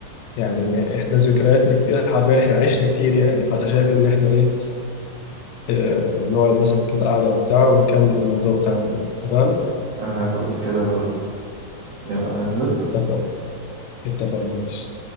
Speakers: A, on the left; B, on the right.
A: يعني ما- احنا ذكرياتنا كتير حرفيا احنا عشنا كتير يعني فانا شايف ان احنا ايه آه، نقعد مثلا كده قعدة وبتاع ونكمل الموضوع بتاعنا اتفقنا؟
B: أنا بقول كده برضو يلا ننزل
A: اتفقنا اتفقنا ماشي